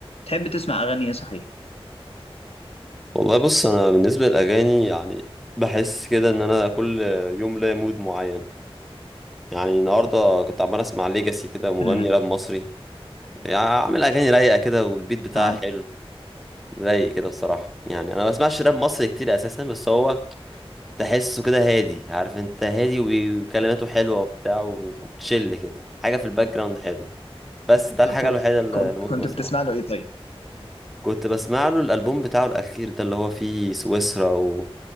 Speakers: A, on the left (about 75°); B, in the centre.
A: تحب تسمع اغاني ايه صحيح
B: والله بص انا بالنسبه للاغاني يعني بحس كده ان انا كل يوم ليا مود معين يعني النهارده كنت عمال اسمع ليجاسي كده مغني
A: امم
B: راب مصري يعني عامل اغاني رايقه كده والبيت بتاعها
A: عارف
B: حلو رايق كده بصراحه يعني انا ما بسمعش راب مصري كتير اساسا بس هو تحسه كده هادي عارف انت هادي وبي- وكلماته حلوه وبتاع وتشيل كده حاجه في الباك جراوند حلو بس ده الحاجه
A: طب كنت
B: الوحيده اللي
A: كنت
B: ممكن
A: كنت
B: اسمعها
A: بتسمع له ايه طيب
B: كنت بسمع له الالبوم بتاعه الاخير ده اللي هو فيه سويسرا و...